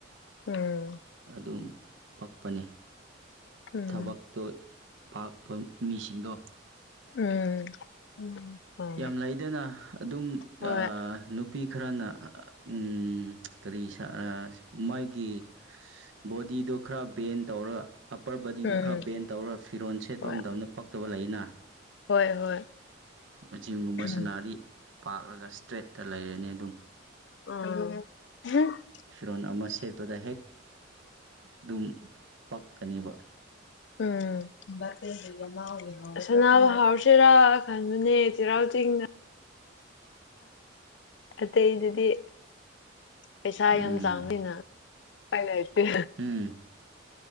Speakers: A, on the left; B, on the right.
A: ꯎꯝ
B: ꯑꯗꯨꯝ ꯄꯛꯄꯅꯦ
A: ꯎꯝ
B: ꯊꯕꯛꯇꯣ ꯄꯥꯛꯐꯝ ꯃꯤꯁꯤꯡꯗꯣ
A: ꯎꯝ ꯎꯝ
B: ꯌꯥꯝ ꯂꯩꯗꯅ ꯑꯗꯨꯝ
A: ꯍꯣꯏ
B: ꯅꯨꯄꯤ ꯈꯔꯅꯥ ꯎꯝ ꯀꯔꯤ ꯃꯥꯒꯤ ꯕꯣꯗꯤꯗꯣ ꯈꯔ ꯕꯦꯟ ꯇꯧꯔꯥꯒ ꯑꯞꯄꯔ ꯕꯗꯤꯗꯨ
A: ꯎꯝ
B: ꯈꯔ ꯕꯦꯟ ꯇꯧꯔ ꯐꯤꯔꯣꯟꯜ ꯁꯦꯠꯄ
A: ꯍꯣꯏ
B: ꯃꯇꯝꯗ ꯄꯛꯇꯕ ꯂꯩꯌꯦꯅꯥ
A: ꯍꯣꯏ ꯍꯣꯏ
B: ꯖꯤꯝꯒꯨꯝꯕ
A: ꯎꯝ
B: ꯁꯥꯅꯔꯤ ꯄꯥꯛꯂꯒ ꯏꯁꯇ꯭ꯔꯦꯠꯇꯥ ꯂꯩꯔꯅꯤ
A: ꯑꯥ꯫
B: ꯐꯤꯔꯣꯟ ꯑꯃ ꯁꯦꯠꯄꯗ ꯍꯦꯛ꯫ ꯑꯗꯨꯝ ꯄꯛꯀꯅꯦꯕ
A: ꯎꯝ꯫ ꯁꯅꯥꯕ ꯍꯧꯔꯁꯤꯔ ꯈꯟꯕꯅꯦ ꯆꯩꯔꯥꯎ ꯆꯤꯡꯗ꯫ ꯑꯇꯩꯗꯨꯗꯤ ꯄꯩꯁꯥ
B: ꯎꯝ
A: ꯌꯥꯝ ꯆꯥꯎꯅꯤꯅ꯫ ꯑꯩ ꯂꯩꯇ‌ꯦ
B: ꯎꯝ